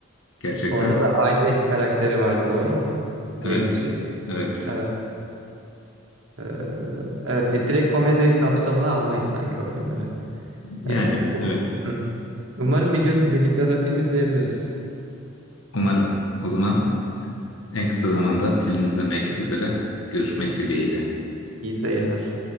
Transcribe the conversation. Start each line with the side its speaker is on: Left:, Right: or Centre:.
Left: gerçekten
Right: Orada da Isaac karakteri vardı doğru mu? Gemici.
Left: evet, evet.
Right: Evet. e, evet e, direkt komedi kapsamına almayız sanki o filmleri.
Left: Yani
Right: E, u-
Left: evet.
Right: Hı. Umarım bir gün birlikte de film izleyebiliriz.
Left: Umarım. O zaman en kısa zamanda film izlemek üzere görüşmek dileğiyle.
Right: İyi seyirler.